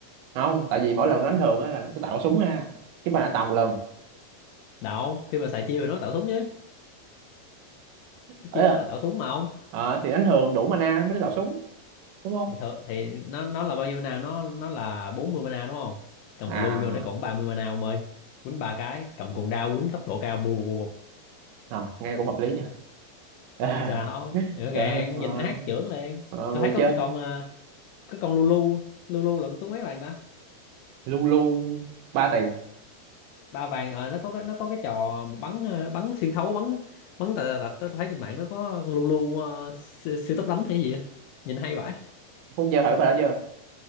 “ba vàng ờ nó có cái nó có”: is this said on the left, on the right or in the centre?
Left